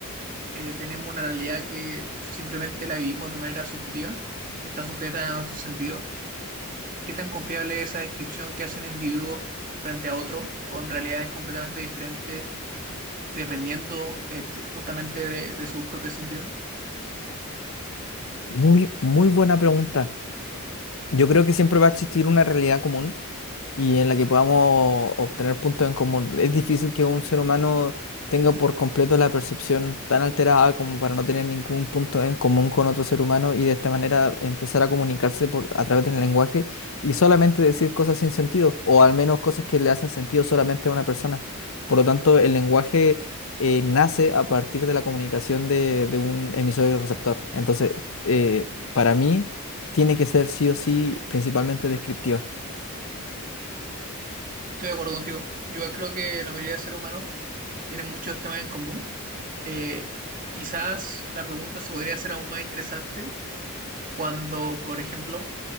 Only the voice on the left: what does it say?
Muy, muy buena pregunta. Yo creo que siempre va a existir una realidad común y en la que podamos obtener puntos en común. Es difícil que un ser humano tenga por completo la percepción tan alterada como para no tener ningún punto en común con otro ser humano y de esta manera empezar a comunicarse por, a través del lenguaje y solamente decir cosas sin sentido o al menos cosas que le hacen sentido solamente a una persona. Por lo tanto, el lenguaje eh, nace a partir de la comunicación de, de un emisor y receptor. Entonces, eh, para mí, tiene que ser sí o sí principalmente descriptiva.